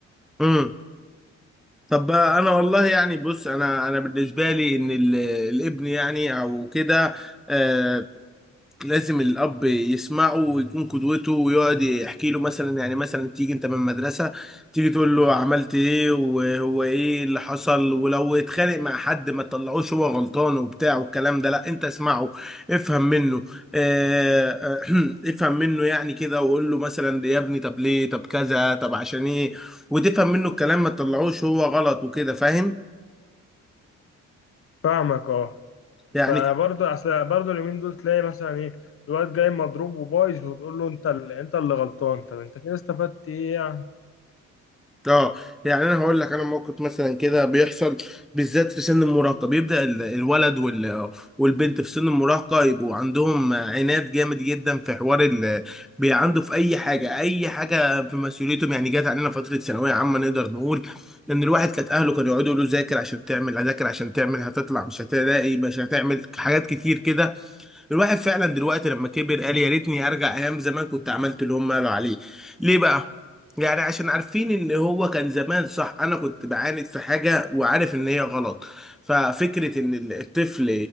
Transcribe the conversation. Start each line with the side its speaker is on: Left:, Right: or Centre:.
Centre: امم طب بقى انا والله يعني بص انا انا بالنسبة لي ان ال- الابن يعني او كده آه، لازم الاب يسمعه ويكون قدوته ويقعد يحكي له مثلا يعني مثلا تيجي انت من المدرسه تيجي تقول له عملت ايه وهو ايه اللي حصل ولو اتخانق مع حد ما تطلعوش هو غلطان وبتاع والكلام ده لا انت اسمعه افهم منه اه <clears throat> افهم منه يعني كده وقول له مثلا يا ابني طب ليه طب كذا طب عشان ايه وتفهم منه الكلام ما تطلعوش هو غلط وكده فاهم
Left: فاهمك اه
Centre: يعني
Left: فبرضه اصل برضه اليومين دول تلاقي مثلا ايه الواد جاي مضروب وبايظ وتقول له انت اللي انت اللي غلطان طب انت كده استفدت ايه يعني
Centre: اه يعني انا هقول لك انا موقف مثلا كده بيحصل بالذات في سن المراهقه بيبدا ال- الولد وال- والبنت في سن المراهقه يبقوا عندهم عناد جامد جدا في حوار ال بي- عنده في اي حاجه اي حاجه في مسؤوليتهم يعني جات علينا فتره ثانويه عامه نقدر نقول ان الواحد كانت اهله كانوا يقعدوا يقولوا ذاكر عشان تعمل هذاكر عشان تعمل هتطلع مش هتلاقي مش هتعمل حاجات كتير كده الواحد فعلا دلوقتي لما كبر قال يا ريتني ارجع ايام زمان كنت عملت اللي هم قالوا عليه ليه بقى يعني عشان عارفين ان هو كان زمان صح انا كنت بعاند في حاجه وعارف ان هي غلط ففكره ان الطفل